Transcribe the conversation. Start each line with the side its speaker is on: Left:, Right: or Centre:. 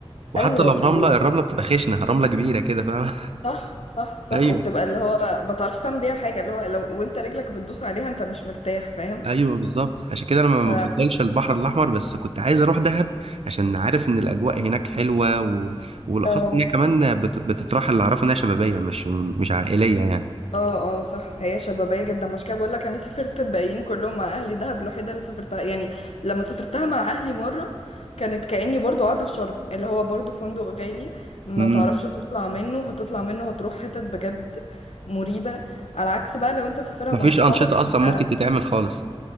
Right: وحتى
Left: أيوة
Right: لو
Left: ب- و-
Right: رملة الرملة بتبقى خشنة رملة كبيرة كده فاهم
Left: صح صح صح
Right: <laughs> أيوه
Left: وبتبقى اللي هو ما تعرفش تعمل بيها حاجة اللي هو لو وانت رجلك بتدوس عليها انت مش مرتاح فاهم
Right: أيوه بالظبط عشان كده أنا ما
Left: ف
Right: بفضلش البحر الأحمر بس كنت عايز أروح دهب عشان عارف إن الأجواء هناك حلوة و... والأخص
Left: اه
Right: إن هي كمان بت... بتتراحل اللي أعرفه إنها شبابية مش مش عائلية
Left: اه اه صح هي شبابية جدا مش كده بقول لك انا سافرت الباقيين كلهم مع اهلي دهب الوحيدة اللي سافرتها يعني لما سافرتها مع اهلي مرة كانت كأني برضو قاعدة في شرم اللي هو برضو فندق غالي ما
Right: يعني
Left: تعرفش تطلع منه هتطلع منه هتروح حتت بجد مريبة على عكس بقى لو انت مسافرها
Right: مفيش
Left: مع صحابك
Right: أنشطة أصلا
Left: انت
Right: ممكن تتعمل خالص